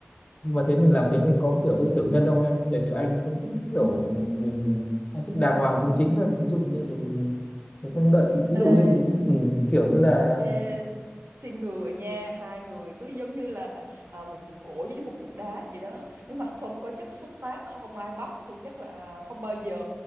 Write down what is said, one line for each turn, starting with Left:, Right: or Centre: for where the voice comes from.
Left: nhưng mà thế mình làm thế mình có kiểu hơi tiểu nhân không em tại vì anh không thích cái kiểu mình, mình anh thích đàng hoàng chính chính thôi ví dụ như mình mình không đợi ví
Right: ê,
Left: dụ như ừ, kiểu như là
Right: ê, xin người nha hai người cứ giống như là à, một cục gỗ với một cục đá vậy đó nếu mà không có chất xúc tác không ai bóc thì chắc là không bao giờ